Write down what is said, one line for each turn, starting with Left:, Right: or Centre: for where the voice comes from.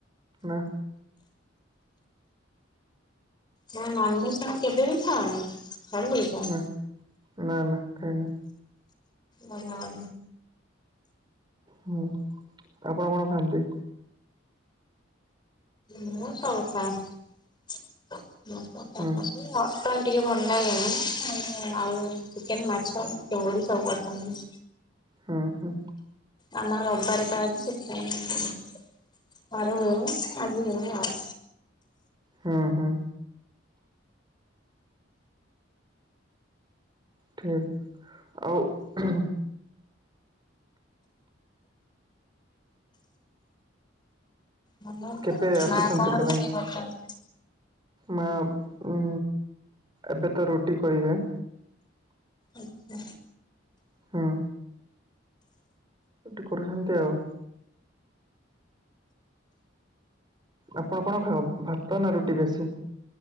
Right: ନା।
Left: ନନଭେଜ୍ ତମେ କେବେ ବି ଖାଅନି ଛାଡିଦେଇଛ।
Right: ନା ନା ନା ଖାଏନି।
Left: ବଢିଆ
Right: ହୁଁ ଆପଣ କଣ ଖାଆନ୍ତି?
Left: ମୁଁ ସବୁ ଖାଏ <unintelligible> ମଟନ
Right: ହୁଁ
Left: ଟିକେ ଭଲ ଲାଗେନି ଆଉ ଚିକେନ, ମାଛ, ଚିଙ୍ଗୁଡ଼ି ସବୁ ପସନ୍ଦ।
Right: ହଁ ହଁ।
Left: ଆମ ରବିବାର ତ ଆଜି ସେଥିପାଇଁ ଘର ହୁଏନି ଆଜି ହେଇନି ଆଉ।
Right: ହଁ ହଁ। ଠିକ ଆଉ ହୁଁ ହୁଁ
Left: ମା
Right: କେବେ ଆସୁଛନ୍ତି
Left: କଣ
Right: ବଲାଙ୍ଗୀ
Left: ରୋଷେଇ କରିଛନ୍ତି?
Right: ମା ଉଁ ଏବେ ତ ରୁଟି କରିବେ।
Left: ଆଚ୍ଛା।
Right: ହଁ। ରୁଟି କରୁଛନ୍ତି ଆଉ ଆପଣ କଣ ଖାଅ ଭାତ ନା ରୁଟି ବେଶୀ?